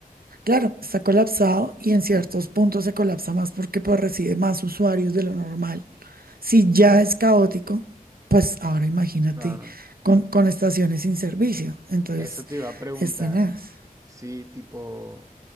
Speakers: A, on the right; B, on the right.
A: Claro, está colapsado y en ciertos puntos se colapsa más porque pues recibe más usuarios de lo normal. Si ya es caótico, pues ahora imagínate
B: Claro.
A: con, con estaciones sin servicio. Entonces,
B: Eso te iba a preguntar
A: es tenaz.
B: si, tipo,